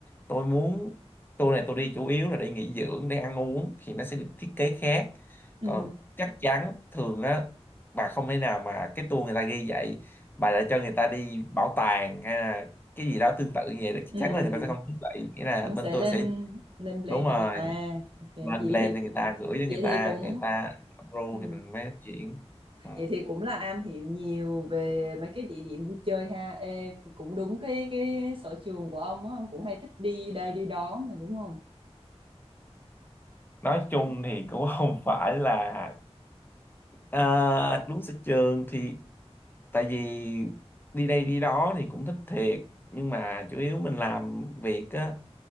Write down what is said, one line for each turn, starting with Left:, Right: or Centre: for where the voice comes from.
Left: tôi muốn tour này tôi đi chủ yếu là để nghỉ dưỡng để ăn uống thì nó sẽ được thiết kế khác
Right: Ừ,
Left: còn chắc chắn thường á bà không thể nào mà cái tour người ta ghi vậy bà lại cho người ta đi bảo tàng hay cái gì đó tương tự như vậy chắc
Right: ừ.
Left: chắn là người ta sẽ không thích vậy nghĩa là
Right: Ông
Left: bên
Right: sẽ
Left: tôi
Right: lên
Left: sẽ
Right: lên plan
Left: đúng rồi
Right: cho người ta. Ok, vậy
Left: lên plan
Right: thì
Left: cho
Right: cũng
Left: người ta gửi cho
Right: vậy
Left: người
Right: thì
Left: ta
Right: cũng
Left: người ta approve
Right: ừ.
Left: thì mình mới chuyển ừ.
Right: Vậy thì cũng là am hiểu nhiều về mấy cái địa điểm vui chơi ha. Ê, cũng đúng cái cái sở trường của ông á, ông cũng hay thích đi đây đi đó mà đúng không?
Left: nói chung thì cũng <laughs> không phải là à, đúng sở trường thì tại vì đi đây đi đó thì cũng thích thiệt nhưng mà chủ yếu mình làm việc á